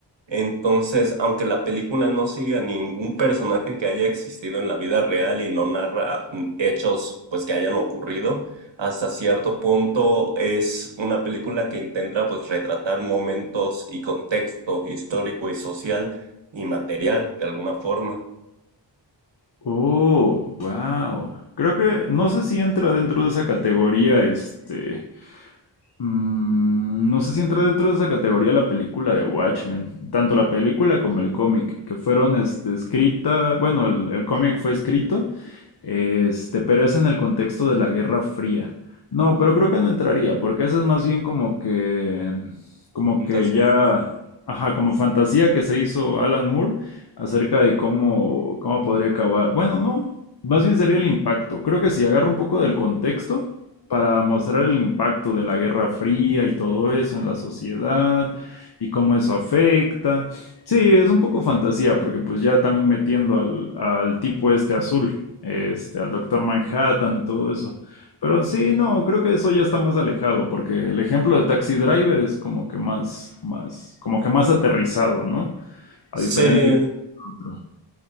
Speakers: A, on the right; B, on the left.
A: Entonces, aunque la película no sigue a ningún personaje que haya existido en la vida real y no narra mm, hechos pues que hayan ocurrido, hasta cierto punto es una película que intenta pues retratar momentos y contexto histórico y social y material de alguna forma.
B: Oh, wow. Creo que no sé si entra dentro de esa categoría este Mm, no sé si entra dentro de esa categoría la película de Watchmen, tanto la película como el cómic, que fueron este, escrita, bueno, el, el cómic fue escrito, este, pero es en el contexto de la Guerra Fría. No, pero creo que no entraría, porque esa es más bien como que, como
A: Fantasía.
B: que ya, ajá, como fantasía que se hizo Alan Moore acerca de cómo, cómo podría acabar. Bueno, no. Más bien sería el impacto. Creo que si agarro un poco del contexto para mostrar el impacto de la Guerra Fría y todo eso en la sociedad y cómo eso afecta. Sí, es un poco fantasía, porque pues ya también metiendo al, al tipo este azul, este, al Doctor Manhattan y todo eso. Pero sí, no, creo que eso ya está más alejado, porque el ejemplo de Taxi Driver es como que más, más, como que más aterrizado, ¿no? A diferencia
A: Sí,
B: de otro.